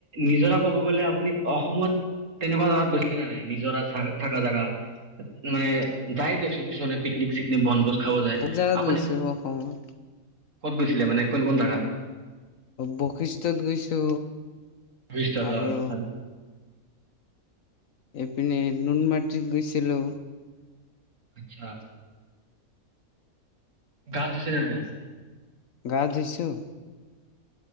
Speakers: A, on the right; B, on the left.
A: নিজৰা ক'ব গ'লে আপুনি অসমত। তেনেকুৱা জাগগাত গৈছিলে নে নাই নিজৰ থকা জেগা মানে যাই দিয়কচোন কিছুমানে পিকনিক। চি বন গোছ খাব যায়
B: বহুত জাগাত
A: আপুনি।
B: গৈছো অসমত
A: ক'ত গৈছিলে মানে কোন কোন জেগাত।
B: বশিষ্ঠত গৈছো।
A: বিছ
B: আৰু
A: তা ত।
B: এপিনে নুন মাটিতত গৈছিলো।
A: আচছা গাছ ক নাই আপনি।
B: গা ধুইছোঁ।